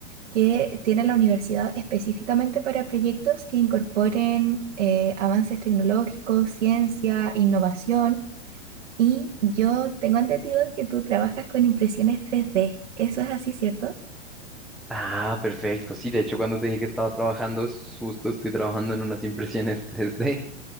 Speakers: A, on the right; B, in the centre.
A: que tiene la universidad específicamente para proyectos que incorporen eh, avances tecnológicos, ciencia, innovación. Y yo tengo entendido que tú trabajas con impresiones tres d ¿Eso es así, cierto?
B: Ah, perfecto. Sí, de hecho, cuando te dije que estaba trabajando, es justo estoy trabajando en unas impresiones 3D.